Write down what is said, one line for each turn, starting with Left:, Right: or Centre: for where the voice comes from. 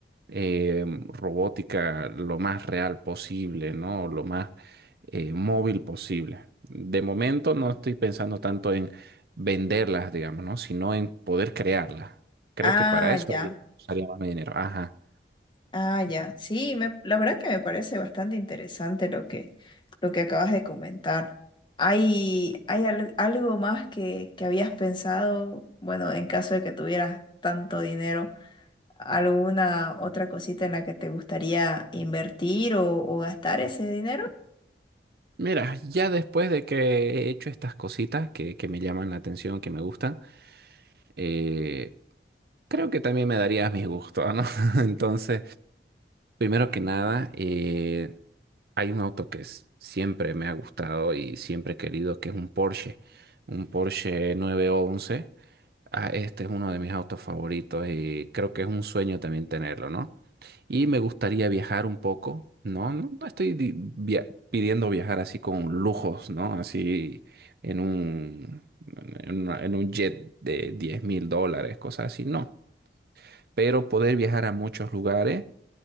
Right: eh, robótica lo más real posible, ¿no? Lo más eh, móvil posible. De momento no estoy pensando tanto en venderlas, digamos, ¿no? Sino en poder crearlas. Creo
Left: Ah,
Right: que para eso
Left: ya.
Right: haría- usaría más mi dinero. Ajá.
Left: Ah, ya. Sí, me- la verdad que me parece bastante interesante lo que, lo que acabas de comentar. ¿Hay, hay al- algo más que, que habías pensado? Bueno, en caso de que tuvieras tanto dinero, ¿alguna otra cosita en la que te gustaría invertir o, o gastar ese dinero?
Right: Mira, ya después de que he hecho estas cositas que, que me llaman la atención, que me gustan, eh, creo que también me darías mis gustos, ¿no? <laughs> Entonces, Primero que nada, eh, hay un auto que es- siempre me ha gustado y siempre he querido, que es un Porsche, un Porsche 911. Ah, este es uno de mis autos favoritos y creo que es un sueño también tenerlo, ¿no? Y me gustaría viajar un poco, ¿no? No, no estoy di- via- pidiendo viajar así con lujos, ¿no? Así en un, en una- en un jet de diez mil dólares, cosas así, no. Pero poder viajar a muchos lugares